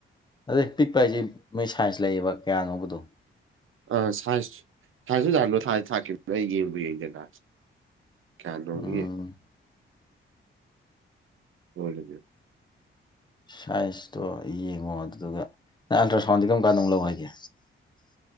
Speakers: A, on the left (about 20°); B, on the right (about 75°).
A: ꯑꯗꯩ ꯄꯤꯛꯄ ꯍꯥꯏꯁꯦ ꯃꯣꯏ ꯁꯥꯏꯟꯁ ꯂꯩꯌꯦꯕ ꯀꯌꯥꯅꯣꯕꯗꯣ꯫
B: ꯑ ꯁꯥꯏꯟꯁ ꯁꯥꯏꯟꯁ <unintelligible> ꯊꯥꯛꯈꯤꯕꯅꯦ ꯑꯩ ꯌꯦꯡꯕꯨ ꯌꯦꯡꯗꯦꯅ ꯀꯌꯥ ꯅꯣꯒꯤ
A: ꯎꯝ
B: <unintelligible>
A: ꯁꯥꯏꯖꯇꯣ ꯌꯦꯡꯉꯣ ꯑꯗꯨꯗꯨꯒ ꯅꯪ ꯑꯜꯇ꯭ꯔ ꯁꯥꯎꯟꯗꯤ ꯀꯔꯝ ꯀꯥꯟꯗꯧ ꯂꯧ ꯍꯥꯏꯒꯦ